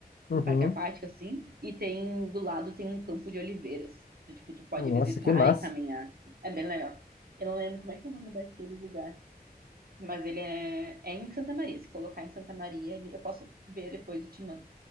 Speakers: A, on the left; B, on the right.
A: Uhum.
B: um parque aquático, assim, e tem do lado tem um campo de oliveiras. Então, tipo, tu pode
A: Nossa,
B: visitar
A: que massa.
B: e caminhar. É bem legal. Eu não lembro como é que é o nome daquele lugar, mas ele é, é em Santa Maria. Se colocar em Santa Maria, ele- eu posso ver depois e te mando